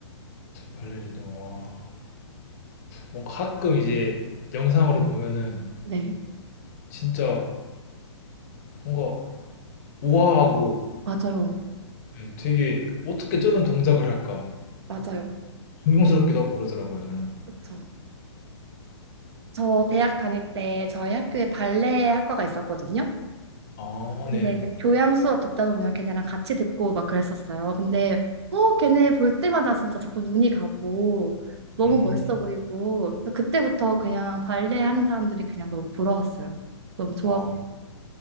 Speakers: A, on the left; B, on the right.
A: 발레리노. 와, 뭔가 가끔 이제 영상으로 보면은
B: 네,
A: 진짜 뭔가 우아하고
B: 맞아요.
A: 예, 되게 어떻게 저런 동작을 할까?
B: 맞아요.
A: 존경스럽기도 하고 그러더라고요, 저는.
B: 그쵸. 저 대학 다닐 때 저희 학교에 발레 학과가 있었거든요.
A: 아,
B: 근데
A: 네네.
B: 이제 교양 수업 듣다 보면 걔네랑 같이 듣고 막 그랬었어요. 근데 어 걔네 볼 때마다 진짜 자꾸 눈이 가고 너무
A: 음,
B: 멋있어 보이고 그래서 그때부터 그냥 발레 하는 사람들이 그냥 너무 부러웠어요. 너무 좋아
A: 아,
B: 보이고